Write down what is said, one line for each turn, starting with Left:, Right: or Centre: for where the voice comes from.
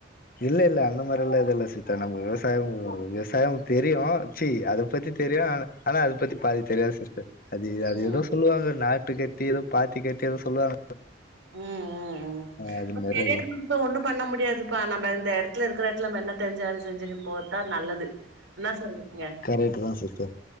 Left: இல்ல இல்ல அந்த மாதிரி எல்லாம் எது இல்ல சீத்தா நம்ம விவசாயம் விவசாயம் தெரியும் சி அதை பத்தி தெரியும் ஆனா அது பத்தி பாதி தெரியாது சிஸ்டர் அது அது
Right: ம்
Left: எதோ சொல்லுவாங்க நா பட்டு கட்டியதும் பாத்தி கட்டியதும் சொல்லுவாங்க
Right: உம் உம் உம்
Left: அது மாரி
Right: பெரிய இடத்துக் போய் இப்ப ஒண்ணும் பண்ண முடியாதுப்பா நம்ம இந்த இடத்ல இருக்ற இடத்துல நம்ம என்ன தெரிஞ்ச வேல செஞ்சுன்னு போர்த்தா நல்லது என்ன சொல்ரிங்க
Left: கரெக்ட் தா சிஸ்டர்